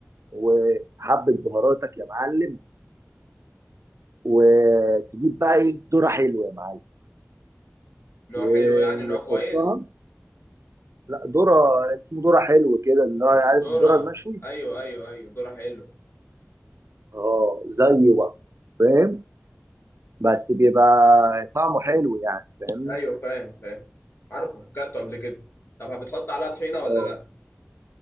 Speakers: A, on the right (about 85°); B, on the left (about 65°).
A: وحبه بهاراتك يا معلم وتجيب بقى ايه ذره حلوه يا معلم
B: نوع
A: وتحطها
B: حلو يعني نوع كويس
A: لا ذره اسمه ذره حلو كده اللي هو عارف
B: دورة
A: الذره المشوي
B: ايوه ايوه ايوه دورة حلو
A: اه زيه بقى فاهم بس بيبقى طعمه حلو يعني فاهمني
B: ايوه فاهم فاهم عارفه كلته قبل كده طب بتحط عليها طحينة ولا
A: اه
B: لا